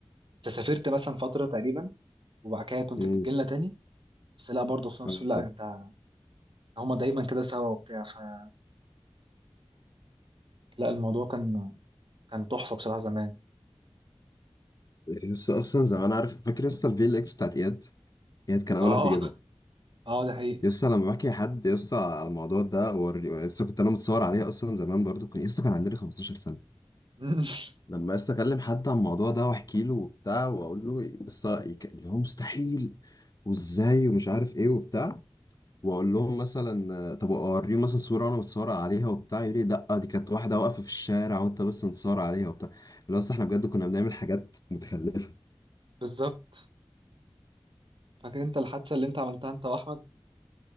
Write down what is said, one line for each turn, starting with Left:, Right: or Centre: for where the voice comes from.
Right: انت سافرت مثلا فتره تقريبا وبعد كده كنت
Left: مم.
Right: بتجيلنا تاني بس لا برضه في نفس
Left: اه
Right: لا انت هما دايما كده سوا وبتاع فلا الموضوع كان كان تحفه بصراحه زمان
Left: يعني يس اصلا زي ما انا عارف فاكر يس الفي ال اكس بتاعت اياد اياد كان اول
Right: اه
Left: واحد يجيبها
Right: اه ده حقيقي
Left: يس لما بحكي لحد يس على الموضوع ده هو يس كنت انا متصور عليها اصلا زمان برضو كان يس كان عندنا 15 سنه
Right: <laughs>
Left: لما يس اكلم حد عن الموضوع ده واحكي له وبتاع واقول له يس يك- اللي هو مستحيل وازاي ومش عارف ايه وبتاع واقول لهم مثلا آه، طب اوريهم مثلا صوره وانا متصور عليها وبتاع يقول لي لا دي كانت واحده واقفه في الشارع وانت بس متصور عليها وبتاع اللي هو أصل احنا بجد كنا بنعمل حاجات متخلفه
Right: بالظبط فاكر انت الحادثه اللي انت عملتها انت واحمد